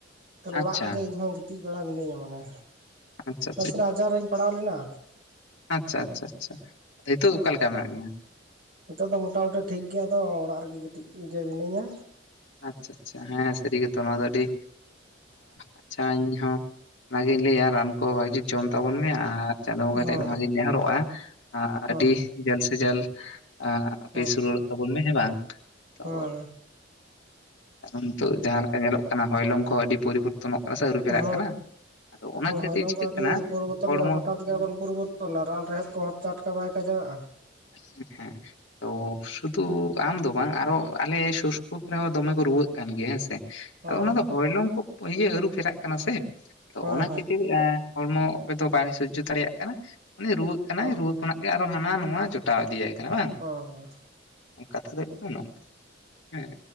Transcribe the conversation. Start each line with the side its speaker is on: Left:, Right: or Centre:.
Right: ᱛᱟᱦᱚᱞᱮ
Left: ᱟᱪᱪᱷᱟ
Right: ᱚᱲᱟᱜ ᱨᱮᱜᱮ ᱤᱧᱦᱚᱸ ᱜᱤᱛᱤᱡ ᱵᱟᱲᱟ ᱢᱤᱱᱟᱹᱧᱟ ᱢᱟᱱᱮ
Left: ᱟᱪᱪᱷᱟ
Right: ᱱᱟᱥᱮᱱᱟᱜ ᱟᱡᱟᱨ ᱨᱤᱧ ᱯᱟᱲᱟᱣ ᱞᱮᱱᱟ᱾
Left: ᱟᱪᱷᱟ ᱟᱪᱷᱟ ᱟᱪᱷᱟ ᱱᱤᱛᱳ
Right: ᱦᱮᱸ
Left: ᱚᱠᱟ ᱞᱮᱠᱟ ᱢᱮᱱᱟᱜ
Right: ᱛᱟᱯᱚᱨ
Left: ᱢᱮᱭᱟ?
Right: ᱱᱤᱛᱚᱜ ᱫᱚ ᱢᱚᱴᱟᱢᱩᱴᱤ ᱴᱷᱤᱠ ᱜᱮᱭᱟ ᱟᱫᱚ ᱚᱲᱟᱜ ᱨᱮᱜᱮ ᱜᱤᱛᱤᱡ ᱜᱮ ᱢᱤᱱᱟᱹᱧᱟ᱾
Left: ᱟᱪᱷᱟ ᱟᱪᱷᱟ ᱦᱮᱸ ᱥᱟᱹᱨᱤ ᱜᱮᱛᱚ ᱱᱚᱣᱟ ᱫᱚ ᱟᱹᱰᱤ ᱟᱪᱷᱟ ᱤᱧ ᱦᱚ ᱚᱱᱟᱜᱤᱧ ᱞᱟᱹᱭᱟ ᱨᱟᱱ ᱠᱚ ᱵᱷᱟᱹᱜᱤ ᱡᱚᱢ ᱛᱟᱵᱚᱱ ᱢᱮ ᱟᱨᱼᱼ ᱪᱟᱸᱫᱳ ᱵᱚᱸᱜᱟ
Right: ᱦᱮᱸ
Left: ᱴᱷᱮᱱ ᱱᱚᱣᱟ ᱜᱤᱧ ᱱᱮᱦᱚᱨᱚᱜᱼᱟ
Right: ᱦᱮᱸ
Left: ᱟᱹᱰᱤ ᱡᱟ. ᱞ ᱥᱮ ᱡᱟ. ᱞᱼᱼ ᱟ
Right: ᱦᱮᱸ
Left: ᱵᱮᱥ ᱩᱨᱟᱹᱲᱚᱜ ᱛᱟᱵᱚᱱ ᱢᱮ ᱦᱮᱸ ᱵᱟᱝ ᱛᱚᱼᱼ
Right: ᱦᱮᱸ
Left: ᱱᱤᱛᱚᱜ ᱡᱟᱦᱟᱸ ᱞᱮᱠᱟ ᱧᱮᱞᱚᱜ ᱠᱟᱱᱟ ᱦᱚᱭ ᱞᱚᱝ ᱠᱚ ᱦᱚᱸ ᱟᱹᱰᱤ ᱯᱚᱨᱤᱵᱚᱨᱛᱚᱱᱚᱜ ᱠᱟᱱᱟ᱾ ᱥᱮ ᱟᱹᱨᱩ ᱯᱷᱮᱨᱟᱜ
Right: ᱦᱮᱸ
Left: ᱠᱟᱱᱟ ᱟᱫᱚ ᱚᱱᱟ
Right: ᱦᱮᱸ
Left: ᱠᱷᱟᱹᱛᱤᱨ
Right: ᱦᱚᱭ ᱞᱚᱝ
Left: ᱪᱤᱠᱟᱹᱜ
Right: ᱠᱟ ᱟᱹᱰᱤ
Left: ᱠᱟᱱᱟ
Right: ᱯᱚᱨᱤᱵᱚᱨᱛᱚᱱ
Left: ᱦᱚᱲᱢᱚ
Right: ᱜᱮ ᱦᱚᱴᱟᱛ ᱜᱮ ᱮᱢᱚᱱ ᱯᱚᱨᱤᱵᱚᱨᱚᱱᱼ ᱨᱟᱱ ᱨᱮᱦᱮᱫ ᱠᱚᱦᱚᱸ ᱪᱟᱴᱠᱟ ᱵᱟᱭ ᱠᱟᱡᱟᱜᱼᱟ᱾
Left: ᱦᱮᱸ ᱦᱮᱸ᱾ ᱛᱚ ᱥᱩᱫᱩ ᱟᱢ ᱫᱚ ᱵᱟᱝ ᱟᱨᱚ ᱟᱞᱮ ᱥᱩᱨ ᱥᱩᱯᱩᱨ ᱠᱚᱨᱮ ᱦᱚᱸ ᱫᱚᱢᱮ ᱠᱚ ᱨᱩᱣᱟᱹᱜ ᱠᱟᱱ ᱜᱮᱭᱟ ᱦᱮᱸ ᱥᱮ᱾
Right: ᱦᱮᱸ
Left: ᱟᱫᱚ ᱚᱱᱟ ᱫᱚ ᱦᱚᱭᱞᱚᱝ ᱠᱚ ᱤᱭᱟᱹ ᱟᱹᱨᱩᱯᱷᱮᱨᱟᱜ ᱠᱟᱱᱟ ᱥᱮ ᱛᱚ
Right: ᱦᱮᱸ
Left: ᱚᱱᱟ ᱠᱷᱟᱹᱛᱤᱨᱼᱼ ᱦᱚᱲᱢᱚ ᱚᱠᱚᱭ ᱫᱚ ᱵᱟᱭ ᱥᱚᱡᱽᱡᱚ ᱫᱟᱲᱮᱭᱟᱜ ᱠᱟᱱᱟ ᱩᱱᱤ ᱨᱩᱣᱟᱹᱜ ᱠᱟᱱᱟᱭ
Right: ᱦᱮᱸ
Left: ᱨᱩᱣᱟᱹ ᱠᱷᱚᱱᱟᱜ ᱜᱮ ᱟᱨᱚ ᱦᱟᱱᱟ ᱱᱚᱣᱟ ᱡᱚᱛᱚᱼᱼ ᱯᱴᱟᱣ ᱤᱫᱤᱭᱟᱭ ᱠᱟᱱᱟ ᱵᱟᱝ?
Right: ᱚ
Left: ᱠᱟᱛᱷᱟ ᱫᱚ ᱦᱩᱭᱩᱜ ᱠᱟᱱᱟ ᱱᱚᱝᱠᱟ᱾ ᱦᱮᱸ